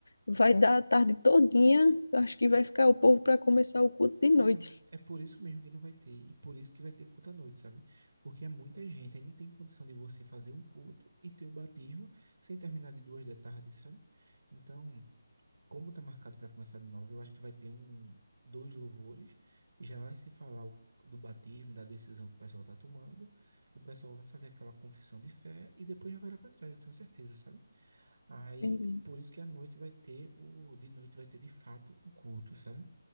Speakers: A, on the left (about 60°); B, on the right (about 60°).
A: vai dar a tarde todinha, eu acho que vai ficar o povo para começar o culto de noite.
B: Não, é por isso mesmo que não vai ter, e por isso que vai ter culto à noite, sabe? Porque é muita gente, aí não tem condição de você fazer um culto e ter o batismo sem terminar de duas da tarde, sabe? Então, como tá marcado para começar de novo, eu acho que vai ter um, dois louvores, e já vai se falar o- do batismo, da decisão que o pessoal tá tomando, o pessoal vai fazer aquela confissão de fé e depois já vai lá para trás, eu tenho certeza, sabe? Aí,
A: Entendi.
B: por isso que à noite vai ter o, de noite vai ter de fato o culto, sabe?